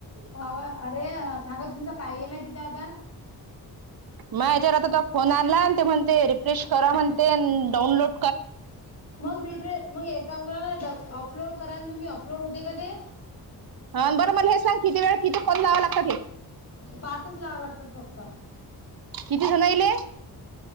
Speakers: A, on the left; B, on the right.
A: हा व अरे सांगा तुमचं काय गेलंय तिथे आता.
B: माझ्या याच्यावर आता तो फोन आणला ते म्हणते रिफ्रेश करा म्हणते डाऊनलोड
A: मग रिफ्रेश मग एक काम करा ना अपलोड करा ना? तुम्ही अपलोड होते का ते.
B: ह अन् बरं मला हे सांग किती वेळात किती कॉल लावावे लागतात हे.
A: पाचच लावाव लागतात फक्त.
B: किती जणायले.